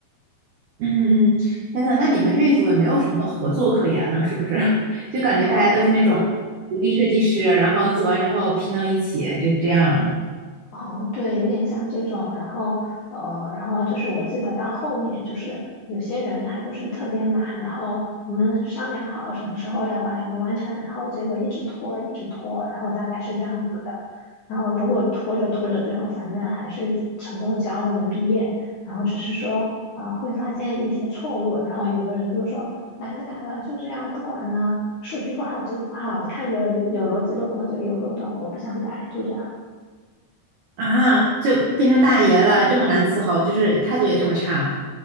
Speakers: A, on the right; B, on the left.
A: 嗯嗯，天呐，那你们这一组也没有什么合作可言了，是不是？<laughs> 就感觉大家都是那种独立设计师，
B: 哦。
A: 然后做完之后拼到一起，就这样了。
B: 哦，对，有点像这种，然后呃，然后就是我记得到后面就是有些人他就是特别懒，然后我们商量好什么时候要把什么完成，然后结果一直拖，一直拖，然后大概是这样子的，然后不过拖着拖着，最后反正还是成功交了，能毕业，然后只是说啊、呃会发现一些错误，然后有的人就说懒得改了，就这样不管了，数据不好就不好，看着有逻辑漏洞就有漏洞，我不想改，就这样。
A: 啊，就变成大爷了，这么难伺候，就是态度也这么差。